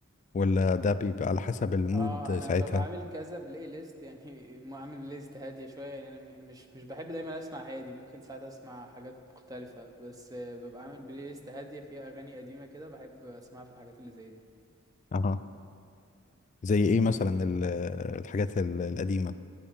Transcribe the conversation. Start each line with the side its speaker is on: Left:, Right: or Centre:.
Left: ولا ده بيبقى على حسب المود
Right: اه انا
Left: ساعتها
Right: ببقى عامل كذا بلاي ليست يعني <laughs> ما عامل بلاي ليست هادية شوية يعني انا م- مش مش بحب دايما اسمع هادي ممكن ساعات اسمع حاجات مختلفة بس آه، ببقى عامل بلاي ليست هادية فيها اغاني قديمة كده بحب اسمعها في الحاجات اللي زي دي
Left: اها زي ايه مثلا ال- الحاجات ال- القديمة